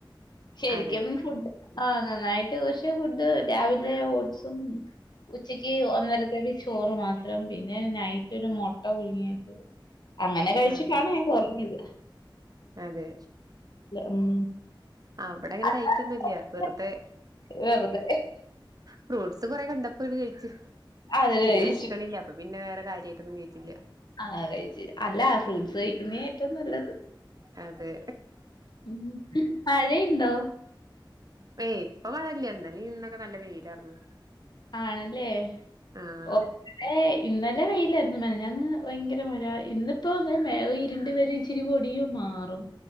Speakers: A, on the left; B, on the right.
A: ശരിക്കും
B: അതെ
A: ഈ ഫുട് ആഹ് നന്നായിട്ട് പക്ഷെ ഫുഡ് രാവിലെ ഓട്സും ഉച്ചയ്ക്ക് ഒന്നരതവി ചോറ് മാത്രം പിന്നെ നൈറ്റ് നൈറ്റ് ഒരു മൊട്ട പുഴുങ്ങിയത് അങ്ങനെ കഴിച്ചിട്ടാണ്
B: ആഹ്
A: ഞാൻ കൊറഞ്ഞത്
B: അതെ
A: ഉം
B: അവടെ അങ്ങനെ
A: അല്ലാതെ
B: ഡൈറ്റൊന്നുംല്ല വെറുതെ
A: വെറുതെ
B: ഫ്രൂട്ട്സ് കൊറേ കണ്ടപ്പോ ഇത് കഴിച്ചു
A: അതിന്
B: പിന്നെ
A: കഴിച്ചു
B: വെഷക്കണില്ല അപ്പൊ പിന്നെ വേറെ കാര്യായിട്ടൊന്നും കഴിച്ചില്ല
A: ആഹ് കഴിച്ചു അല്ല ഫ്രൂട്ട്സ് കഴിക്കുന്നയാ ഏറ്റവും നല്ലത്
B: അതെ
A: ഉം മഴയിണ്ടോ
B: ഏയ് ഇപ്പ മഴല്യ ഇന്നലെ ഇന്നൊക്കെ നല്ല വെയിലാർന്ന്
A: ആണല്ലേ
B: ആഹ്
A: ഓഹ് ഏയ് ഇന്നലെ വെയ്യിലായിരുന്നു മെനിഞ്ഞാന്ന് ഭയങ്കര മഴ ഇന്നിപ്പോ ദേ മേഘം ഇരുണ്ടു വരി ഇച്ചിരി പൊടിയും മാറും